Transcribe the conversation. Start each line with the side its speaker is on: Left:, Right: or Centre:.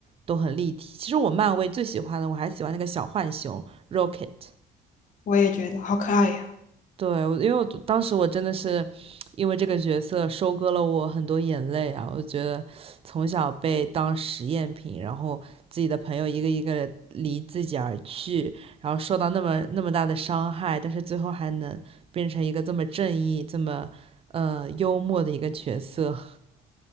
Right: 都很立体。其实我漫威最喜欢的，我还喜欢那个小浣熊 Rocket。
Left: 我也觉得好可爱呀。
Right: 对，我因为我当时我真的是因为这个角色收割了我很多眼泪啊！我觉得从小被当实验品，然后自己的朋友一个一个地离自己而去，然后受到那么那么大的伤害，但是最后还能变成一个这么正义、这么呃幽默的一个角色，<laughs>